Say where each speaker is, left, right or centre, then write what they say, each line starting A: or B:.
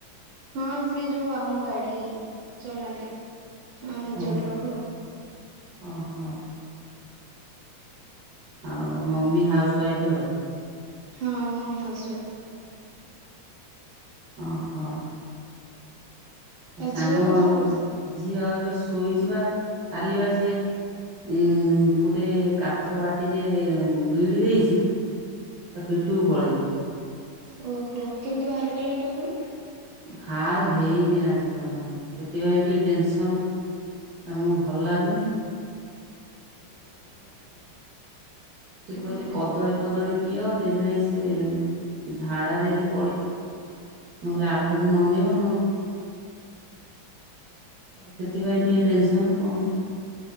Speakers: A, on the right; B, on the right.
A: ହଁ ସେ ଯୋଉ ଆମ ଗାଡି ଚଲାନ୍ତି। ଆମ ନିଜ
B: ଓ
A: ଟ୍ରକ୍ ଆଉ
B: ଓ ହୋ ଆଉ ମମି ହାଉସୱାଇଫ୍ ଆଉ।
A: ହଁ ମମି ହାଉସୱାଇଫ୍।
B: ଓହୋଃ। ଆ
A: ଆଉ
B: ସାଙ୍ଗ
A: ଝିଅ ଏବେ କଣ କରୁଛି?
B: ଝିଅ ଏବେ ଶୋଇଛି ପା କାଲି ବା ସିଏ ଉ ଗୋ ଗୋଟେ କାଚ ବାଟି ଯେ ଗିଳି ଦେଇଛି ତା ପେଟକୁ ପଳେଇଛି।
A: ଓ ହୋ କେମିତି ବାହାର କଲେ ହେଟା ପୁଣି
B: ବାହାର ହେଇନି ଆଜି ପଯ୍ୟନ୍ତ ସେଥି ପାଇଁ ଟିକେ ଟେନ୍ସନ୍ ଆମକୁ ଭଲ ଲାଗୁନି ସେ
A: ଓହୋ
B: କହିଲେ ଦିଅ ଦିନେ ସେ ଝାଡ଼ାରେ ଯଦି ନହେଲେ ଆଠ ଦିନ ଅନେଇବ ସେଥିପାଇଁ ଟିକିେ ଟେନସନ୍ କଣ